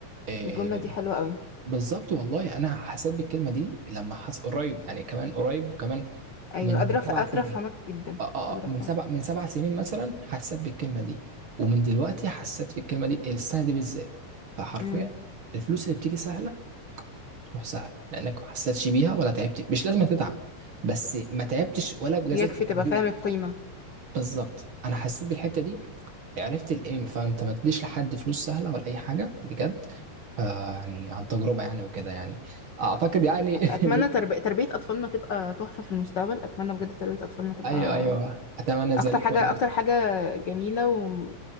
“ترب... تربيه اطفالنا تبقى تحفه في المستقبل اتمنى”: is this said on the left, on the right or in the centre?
Left